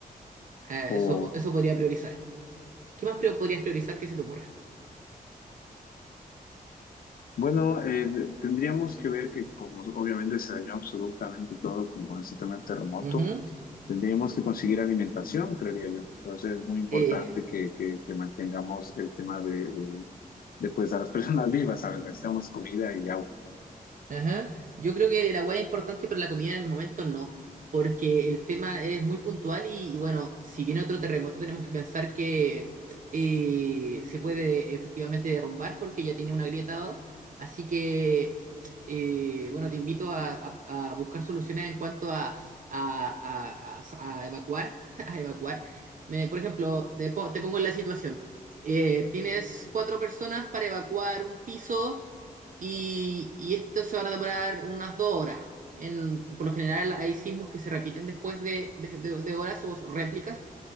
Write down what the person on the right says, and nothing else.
Eh,
eso, po- eso podría priorizar. ¿Qué más pri- podrías priorizar que se te ocurra?
Ujú,
eh,
ajá. Yo creo que la hueá es importante, pero la comida en el momento no, porque el tema es muy puntual y, y bueno, si viene otro terremoto tenemos que pensar que eh, se puede efectivamente derrumbar porque ya tiene una grieta, así que eh, bueno, te invito a, a, a, buscar soluciones en cuanto a, a a, a evacuar, <laughs> a evacuar. Me, por ejemplo, te, po- te pongo en la situación. Eh, tienes cuatro personas para evacuar un piso y, y esto se van a demorar unas dos horas. En, por lo general hay sismos que se repiten después de, de- de- de horas o réplicas.